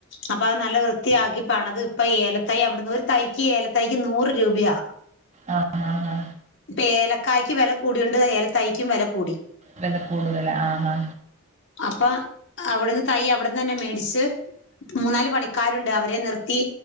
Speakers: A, on the left; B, on the right.
A: അപ്പൊ അത് നല്ല വൃത്തിയാക്കി പണത് ഇപ്പൊ ഏല തൈ അവടുന്ന് ഒരു തൈക്ക് ഏലതൈക്ക് നൂറ് രൂപയാ
B: ആ ഹാ ഹാ
A: ഇപ്പൊ ഏലക്കായ്ക്ക് വെല കൂടിയോണ്ട് ഏല തൈക്കും വെല കൂടി
B: വെല കൂടുതലാ ആ ഹാ
A: അപ്പാ അവ്ട്ന്ന് തൈ അവ്ട്ന്നന്നെ മേടിച്ച് മൂന്നാല് പണിക്കാരുണ്ട് അവരെ നിർത്തി